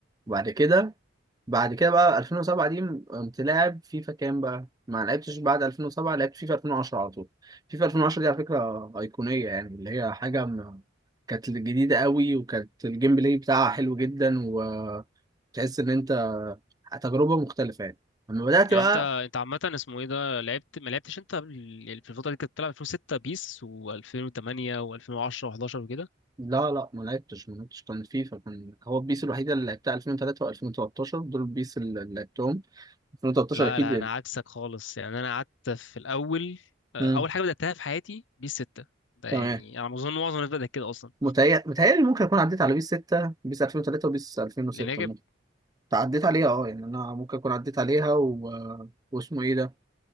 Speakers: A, on the right (about 20°); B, on the left (about 75°).
A: وبعد كده بعد كده بقى 2007 دي قمت لاعب فيفا كام بقى ما لعبتش بعد 2007 لعبت فيفا 2010 على طول فيفا 2010 دي على فكرة أيقونية يعني اللي هي حاجة م... كانت جديدة قوي وكانت الجيم بلاي بتاعها حلو جدا وتحس إن أنت تجربة مختلفة يعني لما بدأت
B: يعني
A: بقى
B: انت انت عامة اسمه ايه ده لعبت ما لعبتش انت قبل- في الفترة دي كنت بتلعب 2006 بيس و2008 و2010 و11 وكده
A: لا لا ما لعبتش ما لعبتش كان فيفا كان هو البيس الوحيدة اللي لعبتها 2003 و2013 دول البيس اللي لعبتهم 2013
B: لا
A: أكيد
B: لا
A: يعني
B: انا عكسك خالص يعني انا قعدت في الاول آه،
A: مم.
B: اول حاجه بداتها في حياتي بيس 6 ده
A: تمام
B: يعني انا اظن معظم الناس بدات كده اصلا
A: متهيأ- متهيألي ممكن أكون عديت على بيس 6 بيس 2003 وبيس 2006
B: لان هي كانت
A: ممكن عديت عليها أه يعني أنا ممكن أكون عديت عليها و... واسمه إيه ده